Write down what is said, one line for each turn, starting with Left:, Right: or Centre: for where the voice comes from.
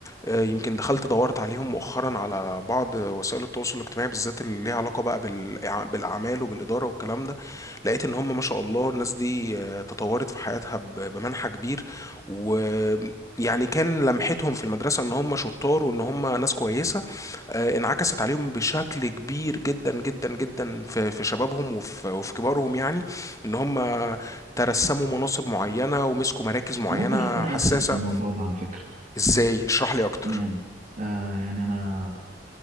Left: آه، يمكن دخلت دورت عليهم مؤخرا على بعض وسائل التواصل الاجتماعي بالذات اللي ليها علاقه بقى بالإع- بالاعمال وبالاداره والكلام ده لقيت ان هم ما شاء الله الناس دي آه، تطورت في حياتها ب- بمنحى كبير و يعني كان لمحتهم في المدرسة ان هم شطار وان هم ناس كويسة آه، انعكست عليهم بشكل كبير جدا جدا جدا في في شبابهم وفي وفي كبارهم يعني ان هم ترسموا مناصب معينة ومسكوا مراكز معينة
Right: ممكن اكون عكسك
Left: حساسة
Right: في الموضوع ده على فكرة
Left: ازاي اشرح لي اكتر
Right: يعني آه يعني انا